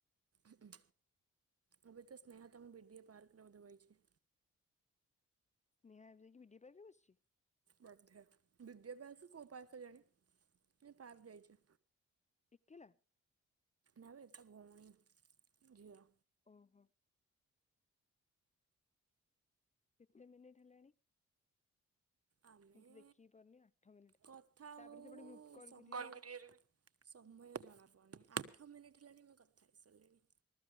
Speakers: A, on the right; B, on the left.
A: ଉଁ ହୁଁ। ଏବେ ତ ସ୍ନେହା ତମ ବି ଡି ଏ ପାର୍କ। ରେ ବଧେ ବଇଚି।
B: ସ୍ନେହା ଏବେ ଯାଇକି ବି ଡ଼ି ଏ ପାର୍କରେ ବସଛି।
A: ବୋଧେ ବି ଡ଼ି ଏ ପାର୍କ କି କଉ ପାର୍କ କେଜାଣି କିନ୍ତୁ ପାର୍କ ଯାଇଛି।
B: ଏକେଲା।
A: ନବେ ତା ଭଉଣୀ ଝିଅ।
B: ଓ ହୋ। କେତେ ମିନିଟ ହେଲାଣି?
A: ଆମେ
B: ମୁଁ ତ ଦେଖିକି ପାରୁନି ଆଠ ମିନିଟ୍
A: କଥା
B: ତାପରେ
A: ହଉ
B: ସେପଟେ ଗ୍ରୁପ କଲ୍
A: ହଉ
B: କରିବାରେ ବି
A: ସମୟ ଜଣା ପଡୁନି ଆଠ ମିନିଟ। ଉଠିଲାଣି ଆମେ କଥା ହେଇ ଶାରିଲେଣି।